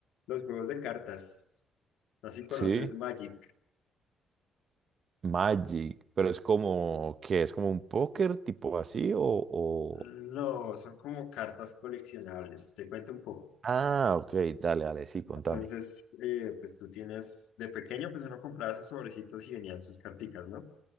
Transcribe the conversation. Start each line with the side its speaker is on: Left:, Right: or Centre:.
Left: los juegos de cartas. No sé si conoces
Right: Sí,
Left: Magic.
Right: Magic, pero es como, ¿qué? ¿Es como un póker tipo así o, o...
Left: No, son como cartas coleccionables. Te cuento un poco.
Right: Ah, ok, dale, dale, sí, contame.
Left: Entonces, eh, pues tú tienes, de pequeño, pues uno compraba sus sobrecitos y venían sus carticas, ¿no?